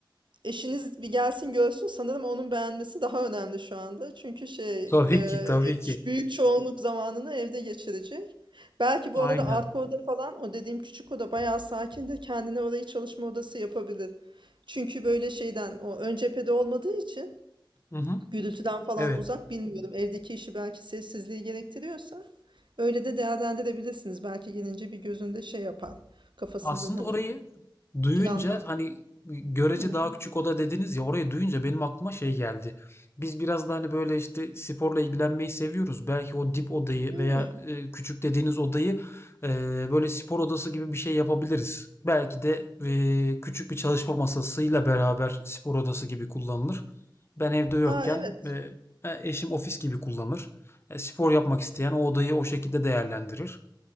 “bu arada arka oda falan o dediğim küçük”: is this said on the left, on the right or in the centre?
Right